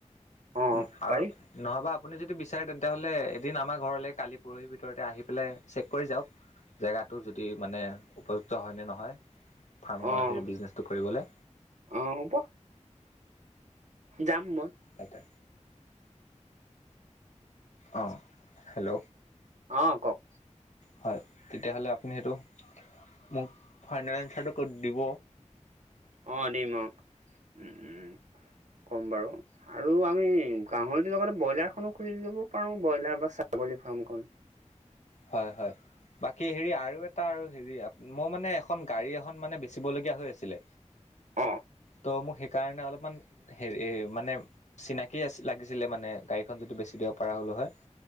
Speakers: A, on the right; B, on the left.
A: অ',
B: ওহ আৰু
A: পাৰি
B: নহবা আপুনি যদি বিচাৰে তেন্তহ'লে এদিন আমাৰ ঘৰলে কালি-পৰহি ভিতৰতে আহিপেলাই চেক কৰি যাওঁক। জেগাটো যদি মানে, উপযুক্ত হ'য় নে নহয়? ফাৰ্মৰ
A: অ',
B: হেৰি, বিজিনেছটো কৰিবলে।
A: অ', হ'ব যাম। মই
B: এটা অঁ, হেল্ল!
A: অঁ, কওঁক?
B: হ'য়, তেতিয়া হ'লে আপুনি সেইটো মোক ফাইনেল আঞ্চাৰটো ক' দিব?
A: অঁ, দিম অঁ। ওঁ উম, কম বাৰু আৰু আমি গাহঁৰিটোৰ লগতে ব্ৰইলাৰ এখনো খুলি ল'ব পাৰোঁ। ব্ৰইলা বা ছাগলী ফাৰ্ম এখন।
B: হয় হয় বাকি হেৰি আৰু এটা আৰু হেৰি, আপ -মই মানে এখন গাড়ী এখন মানে, বেচিবলগীয়া হৈ আছিলে
A: অঁহ্‌
B: ত' মোক সেইকাৰণে অলপমান হেৰি মানে, চিনাকি আছি- লাগি ছিলে মানে, গাড়ীখন যদি বেছি দিব পাৰা হ'লো হ'য়?